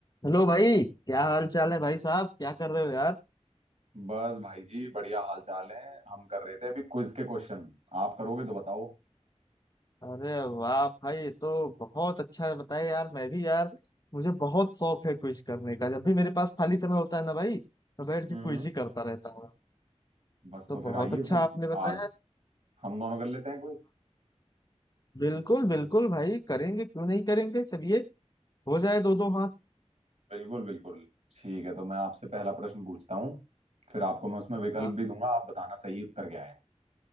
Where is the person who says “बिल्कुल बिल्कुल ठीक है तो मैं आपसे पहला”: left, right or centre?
Right